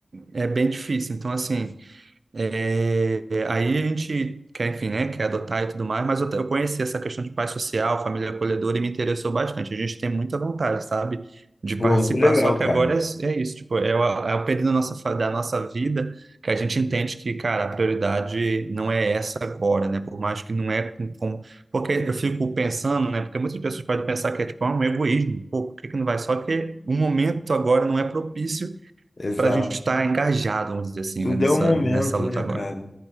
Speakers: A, on the right; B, on the left.
A: É, é bem difícil. Então, assim. É, aí a gente quer, enfim, né, quer adotar e tudo mais, mas eu, eu conheci essa questão de pai social, família acolhedora e me interessou bastante. A gente tem muita vontade, sabe, de
B: Pô,
A: participar.
B: muito legal,
A: Só que
B: cara.
A: agora é, é isso, tipo, é o, é o período da nossa, fa- da nossa vida que a gente entende que, cara, a prioridade não é essa agora, né? Por mais que não é com, com- porque eu fico pensando, né? Porque muitas pessoas podem pensar que é tipo ah, um egoísmo, pô, por que que não vai? Só que o momento agora não é propício
B: Exato.
A: para a gente estar engajado, vamos dizer assim,
B: Tudo
A: né, nessa,
B: é um momento,
A: nessa luta
B: né,
A: agora.
B: cara?